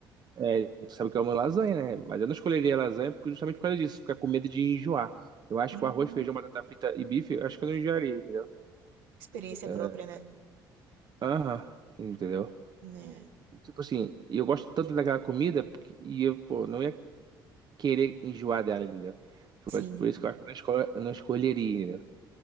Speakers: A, on the right; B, on the right.
A: é, tu sabe que eu amo lasanha, né? Mas eu não escolheria lasanha porque justamente por causa disso, ficar com medo de enjoar. Eu acho
B: Uhum.
A: que o arroz, feijão, batata frita e bife, eu acho que eu não enjoaria, entendeu?
B: Experiência
A: É,
B: própria, né?
A: Aham, entendeu?
B: Né?
A: Tipo assim, e eu gosto tanto daquela comida porque, e eu, pô, não ia querer enjoar dela, entendeu? Por,
B: Sim,
A: por isso que eu acho que eu não, escol- eu não escolheria, entendeu?